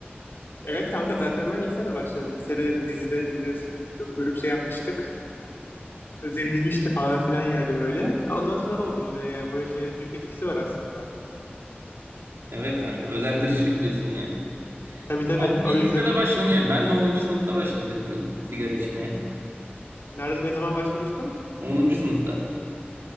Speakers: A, on the left; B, on the right.
A: Evet kanka zaten ben lisede başladım. Lisede bir dizide biliyorsun. Çok grup şey yapmıştık. Özenilmişti falan filan yani böyle. Ondan sonra oldu bu da yani böyle şeylerin büyük etkisi var aslında.
B: Evet kanka özendiricilik diyorsun yani.
A: Tabii tabii
B: Ama
A: o
B: bir
A: yüzden.
B: lisede başlanıyor. Ben de onuncu sınıfta başladıydım ilk sigara içmeye.
A: Nerede ne zaman başlamıştın?
B: Onuncu sınıfta.